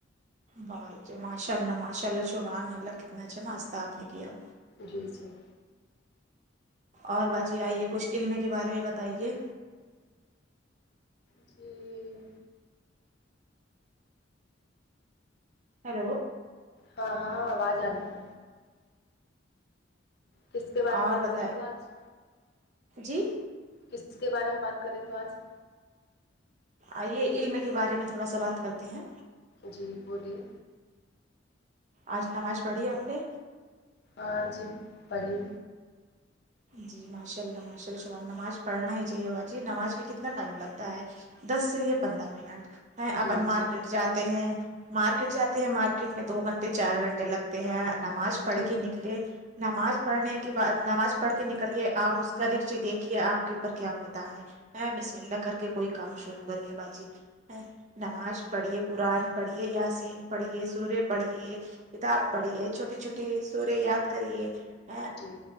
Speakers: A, on the right; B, on the left.
A: بہت اچھے ماشاء اللہ ماشاء اللہ شبحان اللہ کتنا اچھا ناشہ آپ نے کیا
B: جی جی
A: اور باجی آئیے کچھ علم کے بارے میں بتائیے
B: جی
A: ہلو
B: ہاں ہاں آواز آ رہی ہے کس کے بارے میں
A: اور
B: بات
A: بتائے
B: کر رہے ہیں تو آج
A: جی
B: کس کے بارے میں بات کرے تو آج
A: آئیے علم کے بارے میں تھوڑا سا بات کرتے ہیں
B: جی بولیے
A: آج نماز پڑھی آپ نے
B: آج پڑی
A: جی ماشاء اللہ ماشا للہ سبحان نماز پڑھنا ہی چاہیے باجی نماز میں کتنا ٹائم لگتا ہے دس سے یہ پندرہ منٹ میں
B: جی
A: اپن مارکیٹ
B: جی
A: جاتے ہیں مارکیٹ جاتے ہیں مارکیٹ میں دو گھنٹے چار گھنٹے لگتے ہیں نماز
B: جی
A: پڑھ کے نکلے نماز پڑھنے کے بعد نماز پڑھ کے نکلیے آپ اس کا رزق دیکھیے آپ کے اوپر کیا ہوتا ہے ا بسم اللہ کر کے کوئی کام شروع کرئیے باجی ا نماز پڑھیے قرآن پڑھیے یسین پڑھیے سورے پڑھیے کتاب پڑھیے چھوٹے چھوٹی سورے یاد کریے ہیں
B: جی